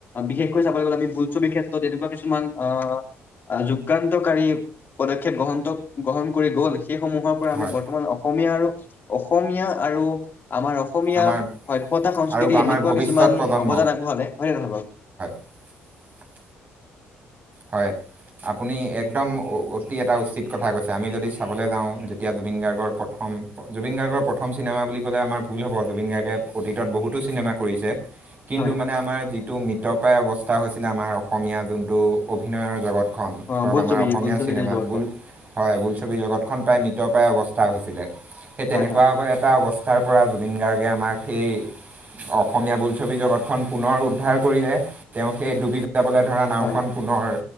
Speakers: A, on the left; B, on the right.
A: বিশেষকৈ চাবলৈ গ'লে আমি বোলছবি ক্ষেত্ৰত এনেকুৱা কিছুমান আহ যোগান্তকাৰী পদক্ষেপ গ্ৰহ গ্ৰহণ কৰি গল। সেইসমূহৰ পৰা
B: হয়
A: আমি বৰ্তমান অসমীয়া আৰু অসমীয়া আৰু আমাৰ অসমীয়া
B: আমাৰ
A: সভ্যতা সংস্কৃতি
B: আৰু আমাৰ
A: এনেকুৱা
B: ভৱিষ্যত
A: কিছুমান
B: প্ৰজন্ম
A: অৱদান আগবঢ়ালে হয়নে নহয় বাৰু
B: <inaudible> হয় আপুনি একদম অতি এটা উচিত কথা কৈছে আমি যদি চাবলৈ যাওঁ যেতিয়া জুবিন গাৰ্গৰ প্ৰথম জুবিন গাৰ্গৰ প্ৰথম চিনেমা বুলি ক'লে আমাৰ ভুল হ'ব জুবিন গাৰ্গে অতীতত বহুতো চিনেমা কৰিছে। কিন্তু
A: হয়
B: মানে আমাৰ যিটো মৃতপায় অৱস্থা হৈছিলে আমাৰ অসমীয়া যোনটো অভিনয়ৰ লগত।
A: অ
B: ধৰক
A: বোলছবি
B: আমাৰ অসমীয়া
A: বোলছবি
B: চিনেমা
A: যে জগতখন
B: বুল হয় বোলছবি জগতখন প্ৰায় মৃত পৰা অৱস্থ হৈছিলে সেই তেনেকুৱা
A: হয় হয়
B: এটা অৱস্থাৰ পৰা জুবিন গাৰ্গে আমাক সেই অসমীয়া বোলছবি জগতখন পুনৰ উদ্ধাৰ কৰিলে তেওঁ সেই ডুবি যাবলৈ ধৰা নাওখন
A: হয়
B: হয়